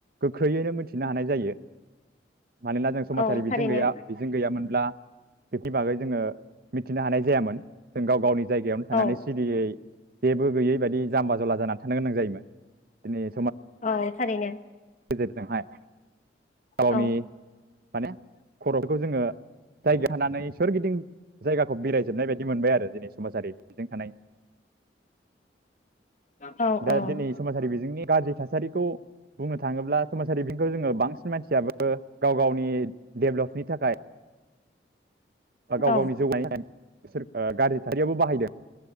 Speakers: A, on the right; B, on the left.
A: गोख्रैयैनो मोनथिनो हानाय जायो। मानोना जों समाजारि
B: औ
A: बिजों
B: थारैनो
A: गैया बिजों गैयामोनब्ला बेकनि बागै। जोङो मिथिनो हानाय जायामोन। जों गाव गावनि जायगायावनो थानानै
B: औ
A: सिरियै जेबो गैयै बायदि जाम्बा जला जानानै था जायोमोन दि
B: औ थारैनो
A: <unintelligible> गावनि
B: औ
A: माने खर'फोरखौ जोङो जायगा हानानै सोरगिदिं जायगाखौ बेरायजोबनाय बायदि <unintelligible>
B: औ
A: थानाय
B: औ
A: दिनै समाजारि बिजोंनि गाज्रि थासारि <unintelligible> बुंनो थाङोब्ला समाजारि बिंखौ जोङो बांसिन मानसियाबो गाव गावनि डेभेलपनि थाखाय बा गाव
B: औ
A: गावनि जौगानाय <unintelligible> बिसोर ओ गाज्रि थारियाबो बाहायदों